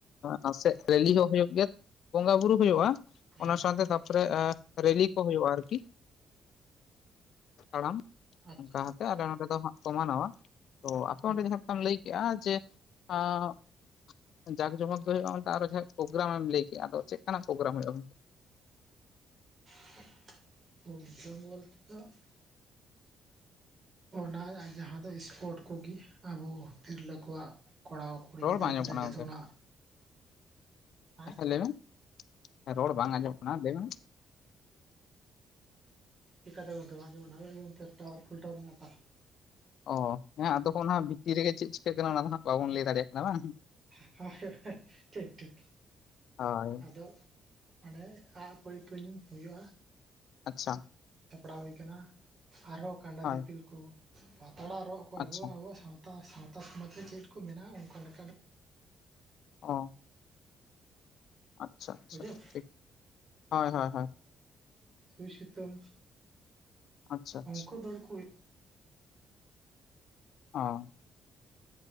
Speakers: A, on the left (about 60°); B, on the right (about 30°).
A: ᱱᱟᱥᱮ ᱨᱮᱞᱤ ᱦᱚᱸ ᱦᱩᱭᱩᱜ ᱜᱮᱭᱟ ᱵᱚᱸᱜᱟ ᱵᱩᱨᱩ ᱦᱩᱭᱩᱜᱼᱟ
B: ᱦᱮᱸ
A: ᱚᱱᱟ ᱥᱟᱶᱛᱮ ᱛᱟᱨᱯᱚᱨᱮ ᱨᱮᱞᱤ ᱠᱚ ᱦᱩᱭᱩᱜᱼᱟ ᱟᱨᱠᱤ ᱛᱟᱲᱟᱢ
B: ᱟᱪᱪᱷᱟ
A: ᱚᱱᱠᱟ ᱦᱟᱛᱚ ᱟᱞᱮ ᱱᱚᱸᱰᱮ ᱫᱚ ᱦᱟᱸᱜ ᱥᱚᱢᱟᱱ ᱱᱚᱼᱟ ᱛᱚ ᱟᱯᱮ ᱚᱸᱰᱮ
B: ᱟᱪᱪᱷᱟ᱾
A: ᱡᱟᱦᱟᱸ ᱞᱮᱠᱟᱢ ᱞᱟᱹᱭ ᱠᱮᱜ-ᱟ ᱡᱮ ᱟᱸ ᱡᱟᱠ ᱡᱚᱢᱚᱠ ᱫᱚ ᱦᱩᱭᱩᱜᱼᱟ ᱚᱱᱛᱮ ᱟᱨᱚ ᱡᱟᱦᱟᱸ ᱯᱨᱳᱜᱨᱟᱢ ᱮᱢ ᱞᱟᱹᱭ ᱠᱮᱫ-ᱟ ᱟᱫᱚ ᱪᱮᱫ ᱞᱮᱠᱟᱱᱟᱜ ᱯᱨᱳᱜᱨᱟᱢ ᱦᱩᱭᱩᱜᱼᱟ ᱜᱚᱢᱠᱮ
B: <unintelligible> ᱚᱱᱟ ᱡᱟᱦᱟ ᱫᱚ ᱤᱥᱯᱳᱴ ᱠᱚᱜᱮ ᱟᱵᱚ ᱛᱤᱨᱞᱟᱹ ᱠᱚᱣᱟᱜ ᱠᱚᱨᱟᱣ ᱠᱩᱲᱤ
A: ᱨᱚᱲ
B: ᱜᱤᱫᱽᱨᱟᱹ
A: ᱵᱟᱝ ᱟᱸᱡᱚᱢᱚᱜ
B: ᱯᱤᱫᱽᱨᱟᱹ
A: ᱠᱟᱱᱟ
B: ᱡᱚᱛᱚ
A: ᱜᱚᱝᱠᱮ
B: ᱚᱱᱟ <unintelligible>
A: ᱦᱮᱸ ᱞᱟᱹᱭ ᱢᱮ ᱨᱚᱲ ᱵᱟᱝ ᱟᱸᱡᱚᱢ ᱠᱟᱱᱟ ᱞᱟᱹᱭ ᱢᱮ
B: ᱪᱮᱜᱠᱟ ᱪᱚ ᱜᱚᱢᱠᱮ ᱵᱟᱝᱟᱡᱢᱚᱜ ᱠᱟᱱᱟ.. <unintelligible>
A: ᱚ ᱦᱮᱸ ᱟᱫᱚ ᱚᱱᱟ ᱵᱷᱤᱛᱤᱨ ᱨᱮᱜᱮ ᱪᱮᱫ ᱪᱤᱠᱟᱹᱜ ᱠᱟᱱᱟ ᱚᱱᱟ ᱫᱚ ᱦᱟᱸᱜ ᱵᱟᱵᱚᱱ ᱞᱟᱹᱭ ᱫᱟᱲᱮᱭᱟᱜ ᱠᱟᱱᱟ ᱵᱟᱝ
B: <unintelligible> ᱴᱷᱤᱠ ᱴᱷᱤᱠ
A: ᱦᱳᱭ
B: ᱟᱫᱚ ᱢᱟᱱᱮ ᱟᱸᱜ ᱯᱟᱹᱲ ᱛᱩᱧ ᱦᱩᱭᱩᱜᱼᱟ
A: ᱟᱪᱪᱷᱟ
B: ᱥᱟᱯᱲᱟᱣ ᱦᱩᱭ ᱟᱠᱟᱱᱟ ᱟᱨᱦᱚᱸ ᱠᱟᱸᱰᱟ
A: ᱦᱳᱭ
B: ᱫᱤᱯᱤᱞ ᱠᱚ ᱯᱟᱛᱟᱲᱟ ᱨᱚᱜ ᱠᱚ
A: ᱟᱪᱪᱷᱟ
B: ᱟᱵᱚᱣᱟᱜ ᱟᱵᱚᱣᱟᱜ ᱥᱟᱶ ᱥᱟᱶᱛᱟ ᱥᱚᱢᱟᱡᱽ ᱨᱮ ᱪᱮᱫ ᱠᱚ ᱢᱮᱱᱟᱜᱼᱟ ᱚᱱᱠᱟ ᱞᱮᱠᱟᱱᱟᱜ
A: ᱚᱸ ᱟᱪᱪᱷᱟ ᱟᱪᱪᱷᱟ
B: ᱵᱩᱡᱷᱟᱹᱣ
A: ᱴᱷᱤᱠ ᱦᱚᱭ ᱦᱚᱭ ᱦᱚᱭ
B: ᱥᱩᱭ ᱥᱩᱛᱟᱹᱢ
A: ᱟᱪᱪᱷᱟ ᱟᱪᱪᱷᱟ
B: ᱚᱝᱠᱚ ᱫᱟᱹᱲ ᱠᱩᱭᱤᱡ
A: ᱚᱸ